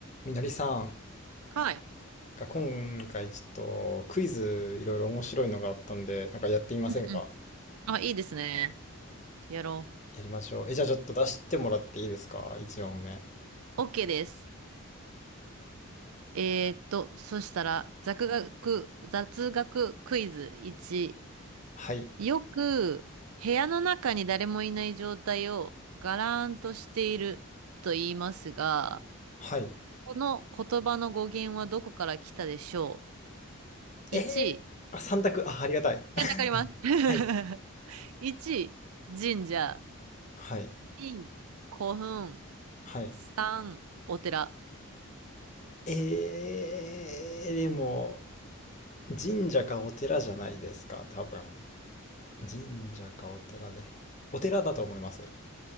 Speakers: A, on the left (about 35°); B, on the right (about 85°).
A: みのりさん、
B: はい。
A: が今回ちょっとクイズいろいろ面白いのがあったんで、なんかやってみませんか
B: うんうん。あ、いいですね。やろ
A: やりましょう。え、じゃあちょっと出してもらっていいですか ?1 問目。
B: う。OK です。えーっと、そしたら、雑学、雑学クイズ1。
A: はい。
B: よく、部屋の中に誰もいない状態をガラーンとしていると言いますが、
A: はい。
B: この言葉の語源はどこから来たでしょ
A: え
B: う ?1、
A: ー、あ、3択。あ、ありがたい。<laughs>
B: 選択あります。<laughs>
A: はい。
B: 1、神社。
A: はい。
B: 2、古墳。
A: はい。
B: 3、お寺。
A: えー、でも、神社かお寺じゃないですか、多分。神社かお寺で。お寺だと思います。